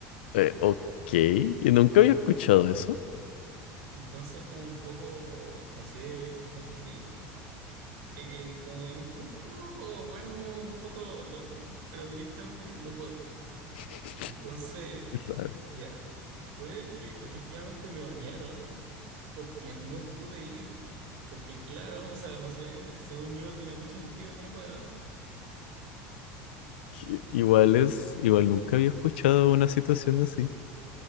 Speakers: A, on the left; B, on the right.
A: Eh, ok, que nunca había escuchado eso.
B: Entonces, como un poco, no sé, no sé si eh, como injusto o bueno, un poco, lo- pero directamente no puedo ir.
A: <laughs>
B: Entonces,
A: Qué raro.
B: ya, fue que efectivamente me banearon porque no pude ir, porque claro, o sea, no sé, según yo tiene mucho sentido que no pueda.
A: Que Igual es, igual nunca había escuchado una situación así.